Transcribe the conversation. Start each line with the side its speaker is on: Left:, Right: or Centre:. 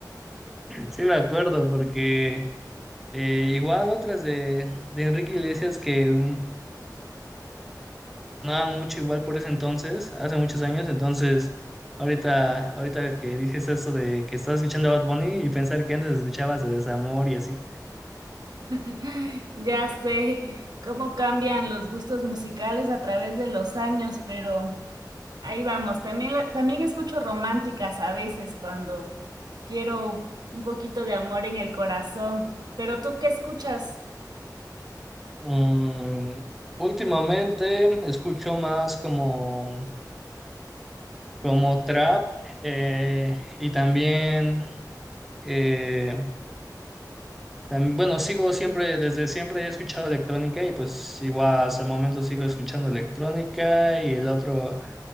Centre: Sí, me acuerdo, porque eh, igual otras de, de Enrique Iglesias que mm, sonaban mucho igual por ese entonces, hace muchos años, entonces ahorita, ahorita que dices eso de que estás escuchando a Bad Bunny y pensar que antes escuchabas de Desamor y así.
Right: <laughs> Ya sé cómo cambian los gustos musicales a través de los años, pero ahí vamos. También, la- también escucho románticas a veces cuando quiero un poquito de amor en el corazón. Pero ¿tú qué escuchas?
Centre: Mm, últimamente escucho más como, como trap eh, y también... eh, Tam- bueno, sigo siempre, desde siempre he escuchado electrónica y pues igual hasta el momento sigo escuchando electrónica y el otro